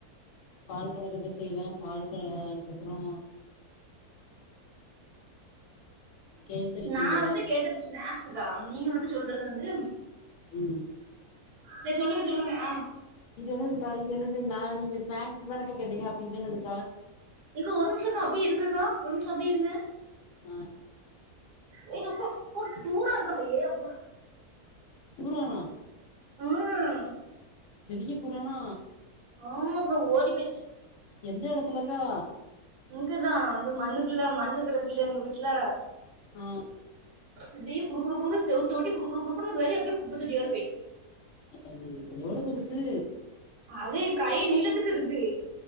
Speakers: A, on the left; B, on the right.
A: பால் கொளக்கட்ட செய்வே பால்பல அதுக்கப்றோ கேசரி
B: நா
A: கிண்டுவே
B: வந்து கேட்டது ஸ்நாக்ஸுக்கா அ நீங்க வந்து சொல்றது வந்து
A: ம்
B: செரி சொல்லுங்க சொல்லுங்க ஆ
A: இது என்னதுக்கா இது என்னது நா நீங்க ஸ்நாக்ஸு தானக்கா கேட்டீங்க அப்ப இது என்னதுக்கா
B: எக்கா ஒரு நிம்ஷக்கா அப்டியே இருங்கக்கா ஒரு நிம்ஷ அப்டியே இருங்க
A: மா
B: ஏ அப்பா ஒரு தூரங்க்கா ஏ அப்பா
A: பூரானா
B: ம்
A: பெரிய பூரானா
B: ஆமாக்கா ஓடி போய்ச்சு
A: எந்த எடத்துலக்கா
B: இங்குதா வந்து மண்ணுக்குல்ல மண்ணு கெடக்குல எங்க வீட்ல
A: ஆ
B: அப்டியே குடு குடு குடு குடுன் செவுத்த ஒட்டி குடு குடு குடு குடுன்னு வெளிய அப்டியே குப்ப தொட்டி வர போய்ட்டு
A: அது எவ்ளோ பெருசு
B: அது கை நீளத்துக்கு இருக்கு